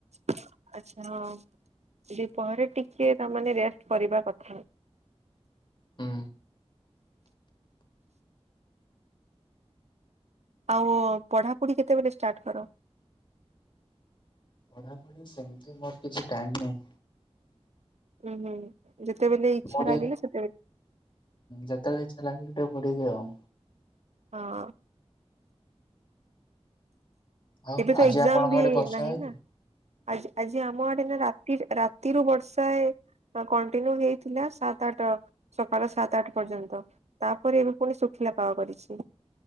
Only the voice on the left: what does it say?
ହୁଁ।
ପଢାପଢି ସେମିତି ମୋର କିଛି ଟାଇମ୍ ନାହିଁ।
ଗୋଟେ
ଯେତେବେଳେ ଇଚ୍ଛା ଲାଗିଲେ ଟିକେ ପଢ଼ିବି ଆଉ।
ଆଉ
ଆଜି
ଆପଣଙ୍କ
ଆଡେ ବର୍ଷା
ହେଇଛି